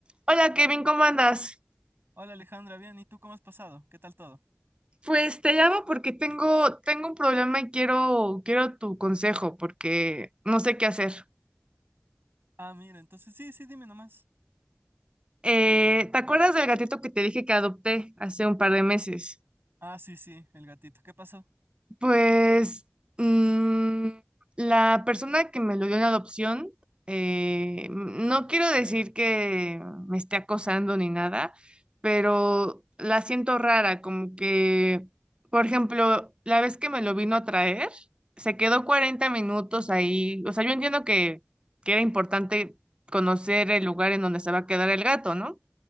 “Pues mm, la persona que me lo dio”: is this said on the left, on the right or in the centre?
Right